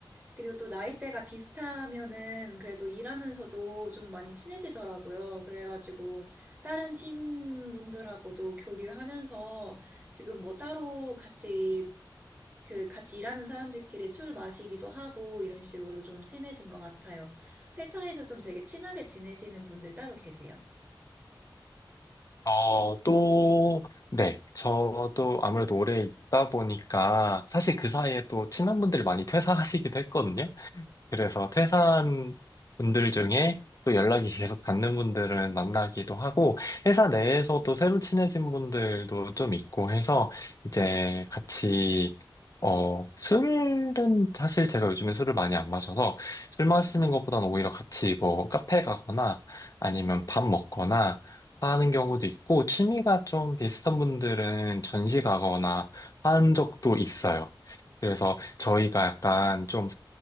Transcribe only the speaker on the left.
어, 또, 네. 저도 아무래도 오래 있다 보니까 사실 그 사이에 또 친한 분들이 많이 퇴사하시기도 했거든요. 그래서 퇴사한 분들 중에 또 연락이 계속 닿는 분들은 만나기도 하고, 회사 내에서도 새로 친해진 분들도 좀 있고 해서, 이제 같이, 어, 술은, 사실 제가 요즘에 술을 많이 안 마셔서, 술 마시는 것보다는 오히려 같이 뭐 카페 가거나, 아니면 밥 먹거나, 하는 경우도 있고, 취미가 좀 비슷한 분들은 전시 가거나 한 적도 있어요. 그래서 저희가 약간 좀